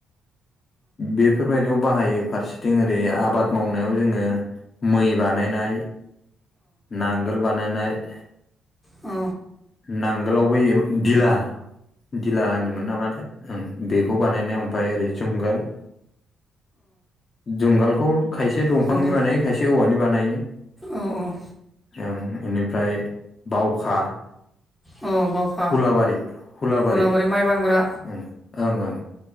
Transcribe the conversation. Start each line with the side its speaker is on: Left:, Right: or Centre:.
Left: बेफोरबायदियाव बाहायो फारसेथिं ओरै आबाद मावनायाव जोङो मै बानायनाय नांगोल बानायनाय
Centre: अ।
Left: नांगोलाव बैयो दिला दिला होनोमोन नामाथाय ओं बेखौ बानायनाय ओमफ्राय ओरै जुंगाल जुंगालखौ खायसे दंफांनि
Centre: जंगल
Left: बानायो खायसे औवानि बानायो
Centre: औ औ
Left: ओं इनिफ्राय बावखा
Centre: औ बावखा
Left: हुलाबारि हुलाबारि
Centre: हलाबारि माइ बानग्रा
Left: उम ओं ओं